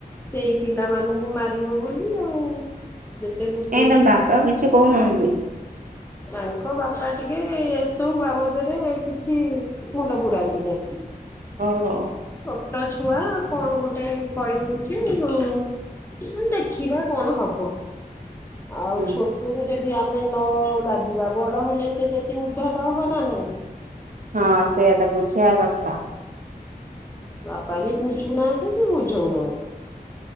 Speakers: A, on the left; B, on the right.
A: ସେଇ ପିଲାମାନଙ୍କୁ ମାରିବ ବୋଲି ଆଉ ଯେତେ ବୁଝେଇଲେ
B: କାଇଁ ତମ ବାପା
A: କଣ
B: କିଛି କହୁନାହାନ୍ତି।
A: ତାଙ୍କ ବାପା ଟିକେ ଏସବୁ ବାବଦରେ କିଛି ମୁଣ୍ଡା ପୁରାନ୍ତି ନେଇ
B: ଓହୋ।
A: ଛୋଟ ଛୁଆ କଣ ଗୋଟେ କହି ଦଉଛି ଓ ଦେଖିବା କଣ ହବ ଆଉ
B: ହୁଁ
A: ଛୋଟରୁୁ ଯଦି ଆମେ ନ ଲାଗିବା ବଡ ହେଲେ ସେ ବେଶୀ ଉଦ୍ଧତ ହବ ନା ନାଇଁ।
B: ହଁ ସେୟା ତ ବୁଝେଇବା କଥା।
A: ବାପା ବି ବୁଝୁ ନାହାନ୍ତି କି ବୁଝଉ ନାହାନ୍ତି।